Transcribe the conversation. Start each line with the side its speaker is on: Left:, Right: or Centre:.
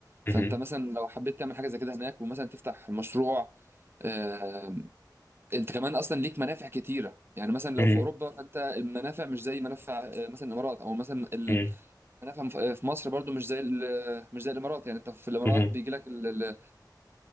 Right: فأنت
Left: مهم.
Right: مثلا لو حبيت تعمل حاجة زي كده هناك ومثلا تفتح مشروع آه، انت كمان اصلا ليك منافع كتيره يعني مثلا لو
Left: مهم.
Right: في اوروبا فانت المنافع مش زي منافع آه، مثلا الامارات او مثلا
Left: مهم.
Right: المنافع في مصر برضو مش زي ال- مش زي الامارات يعني انت في الامارات
Left: مهم.
Right: بيجي لك ال-